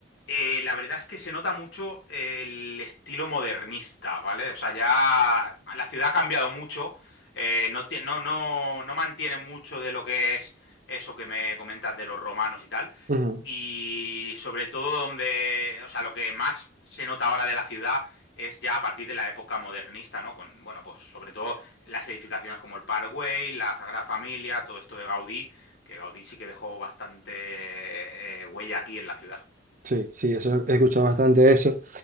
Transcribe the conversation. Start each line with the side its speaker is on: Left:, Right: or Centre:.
Left: eh, la verdad es que se nota mucho el estilo modernista, ¿vale? O sea, ya la ciudad ha cambiado mucho, eh, no, tie- no, no, no mantiene mucho de lo que es eso que me comentas de los romanos y tal.
Right: ujú,
Left: Y sobre todo donde, o sea, lo que más se nota ahora de la ciudad es ya a partir de la época modernista, ¿no? Con, bueno, pues sobre todo las edificaciones como el Parkway, la Sagrada Familia, todo esto de Gaudí, que Gaudí sí que dejó bastante eh, huella aquí en la ciudad.
Right: sí, sí, eso he escuchado bastante eso.